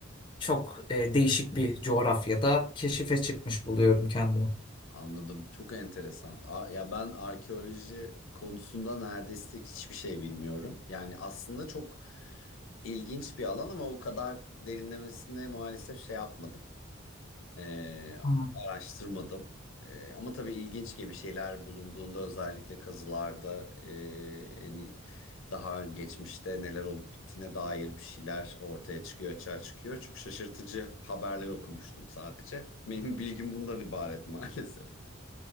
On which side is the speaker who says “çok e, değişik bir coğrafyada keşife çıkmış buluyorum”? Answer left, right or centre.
Left